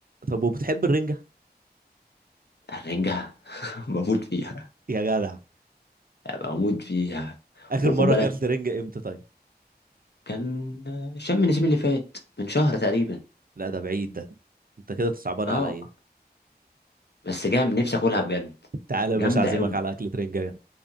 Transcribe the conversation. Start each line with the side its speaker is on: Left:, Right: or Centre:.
Right: طب وبتحب الرنجة
Left: الرنجه <laughs> بموت فيها
Right: يا جدع
Left: بموت فيها
Right: آخر
Left: وخد
Right: مرة
Left: بالك
Right: أكلت رنجة إمتى طيب
Left: كان شم النسيم اللي فات من شهر تقريبا
Right: لا ده بعيد ده أنت كده تصعبان
Left: اه
Right: عليا
Left: بس جام نفسي اكلها بجد
Right: تعالى يا
Left: جامده
Right: باشا أعزمك
Left: قوي
Right: على أكلة رنجة